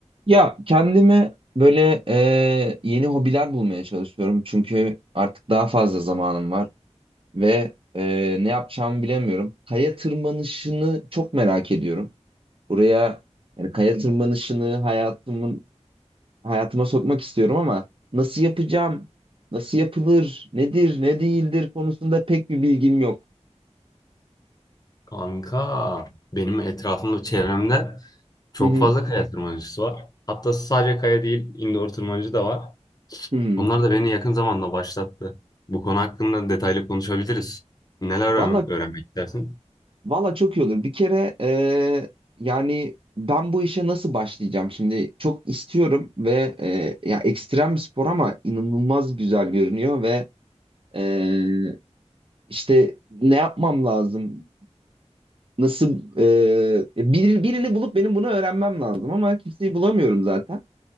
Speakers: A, on the right; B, on the left.
A: Ya kendime böyle eee, yeni hobiler bulmaya çalışıyorum. Çünkü artık daha fazla zamanım var ve eee, ne yapacağımı bilemiyorum. Kaya tırmanışını çok merak ediyorum. Buraya yani kaya tırmanışını hayatımın hayatıma sokmak istiyorum ama nasıl yapacağım? Nasıl yapılır? Nedir, ne değildir konusunda pek bir bilgim yok.
B: Kanka benim etrafımda çevremde çok
A: Hı hı.
B: fazla kaya tırmanıcısı var. Hatta sadece kaya değil indoor tırmanıcı da var.
A: Hı hı.
B: Onlar da beni yakın zamanda başlattı. Bu konu hakkında detaylı konuşabiliriz. Neler öğren-
A: Vallahi
B: öğrenmek istersin?
A: Valla çok iyi olur. Bir kere eee, yani ben bu işe nasıl başlayacağım şimdi? Çok istiyorum ve eee, ya ekstrem bir spor ama inanılmaz güzel görünüyor ve eee, işte ne yapmam lazım? Nasıl eee, e, bir- birini bulup benim bunu öğrenmem lazım ama kimseyi bulamıyorum zaten.